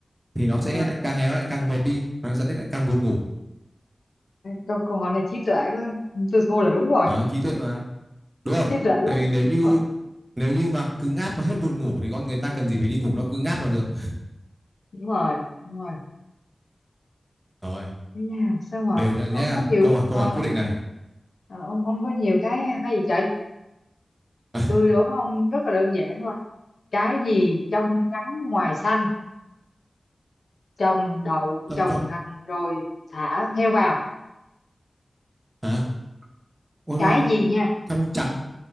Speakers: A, on the right (about 25°); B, on the left (about 80°).
A: thì nó sẽ
B: Ờ,
A: lại càng ngày nó lại càng mệt đi nó dẫn đến lại càng buồn ngủ
B: câu câu hỏi này trí tuệ quá tôi thua là đúng rồi
A: Đó, trí tuệ mà đúng không
B: trí tuệ
A: tại
B: quá
A: vì nếu
B: đúng
A: như
B: rồi
A: nếu như mà cứ ngáp mà hết buồn ngủ thì con người ta cần gì phải đi ngủ nó cứ ngáp là được
B: đúng rồi đúng rồi
A: rồi
B: Ây da, sao mà
A: đều ra nhá
B: ông có nhiều
A: câu hỏi câu
B: ờ,
A: hỏi quyết
B: ông
A: định này
B: ờ, ông ông có nhiều cái hay gì trời
A: <laughs>
B: tôi
A: À,
B: đố ông rất là đơn giản thôi Cái gì trong trắng ngoài xanh, trồng đậu,
A: trong
B: trồng
A: rộng
B: hành rồi thả heo vào.
A: hả ôi
B: Cái
A: đúng
B: gì nha,
A: trong trắng